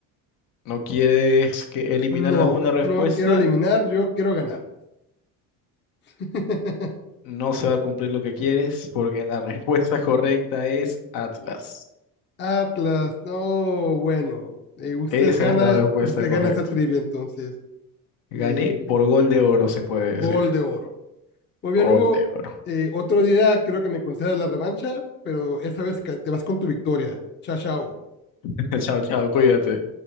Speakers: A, on the left (about 65°); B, on the left (about 30°).
A: ¿No quieres que eliminar
B: No,
A: alguna respuesta?
B: no quiero eliminar, yo quiero ganar. <laughs>
A: No se va a cumplir lo que quieres porque la <laughs> respuesta correcta es Atlas.
B: Atlas, no, bueno. Eh, usted
A: Esa
B: gana,
A: es la respuesta
B: usted
A: correcta.
B: gana esta trivia entonces.
A: Gané
B: Eh,
A: por gol de oro, se puede
B: gol
A: decir.
B: de oro. Muy bien,
A: Gol
B: Hugo.
A: de oro.
B: eh, otro día creo que me concedas la revancha, pero esta vez ca- te vas con tu victoria. Chao, chao.
A: <laughs> Chao, chao, cuídate.